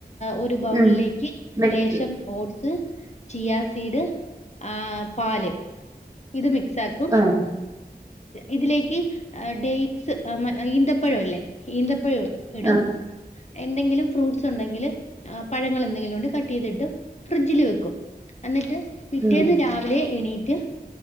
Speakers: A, on the left; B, on the right.
A: ഒരു ബൗളിലേക്ക്
B: ഉം വെക്കും
A: ലേശം ഓട്സ് ചിയ സീഡ് ആ പാല് ഇത് മിക്സ് മിക്സ്‌ ആക്കും
B: ആഹ്
A: ഇതിലേക്ക് ഡേറ്റ്സ് ഈന്തപ്പഴം അല്ലേ ഈന്തപ്പഴം ഇടും
B: ആഹ്
A: എന്തെങ്കിലും ഫ്രൂട്ട്സ് ഉണ്ടെങ്കിൽ പഴങ്ങൾ എന്തെങ്കിലും ഉണ്ടെങ്കിൽ കട്ട് ചെയ്തിട്ട് ഫ്രിഡ്ജിൽ വെക്കും എന്നിട്ട് പിറ്റേന്ന്
B: ഉം
A: രാവിലെ എണീറ്റ്